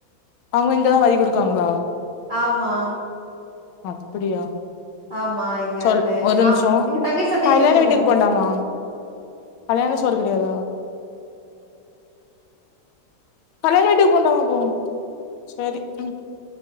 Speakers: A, on the left (about 80°); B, on the right (about 60°).
A: அவுங்க இங்கதா வரி குடுக்காங்ளா
B: ஆமா
A: அப்டியா
B: ஆமா எங்க
A: சொல்
B: அண்ணே
A: ஒரு
B: கா
A: நிமிஷோ
B: எங்க தங்கை சட்டை
A: கல்யாண
B: தெரியும்ல
A: வீட்டுக்கு போண்டாமா கல்யாண சோறு கெடையாதா கல்யாண வீட்டுக்கு போண்டமா அப்போ செரி ம்